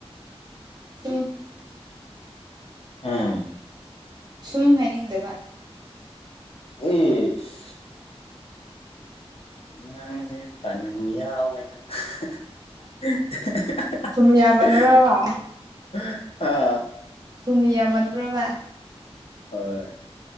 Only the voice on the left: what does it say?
ꯑꯥ
ꯏꯁ ꯅꯪꯁꯤ ꯇꯟ ꯌꯥꯎꯋꯦꯗ <unintelligible>
ꯑꯥ
ꯍꯣꯏ